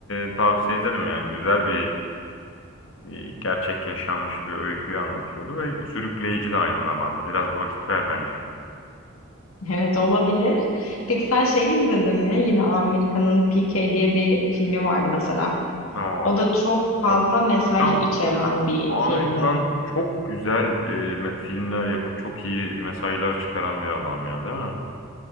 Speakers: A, on the left; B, on the left.
A: e, tavsiye ederim yani güzel bir e, gerçek yaşanmış bir öyküyü anlatıyordu ve sürükleyici de aynı zamanda. Biraz vakit ver bence.
B: Evet olabilir. Peki sen şeyi izledin mi? Yine Amerika'nın PK diye bir filmi vardı mesela.
A: Aa,
B: O
A: çok,
B: da çok fazla
A: çok.
B: mesaj
A: ya
B: içeren
A: bu
B: bir
A: Amir
B: filmdi.
A: Khan çok güzel e, me- filmler yapıp çok iyi mesajlar çıkaran bir adam ya değil mi?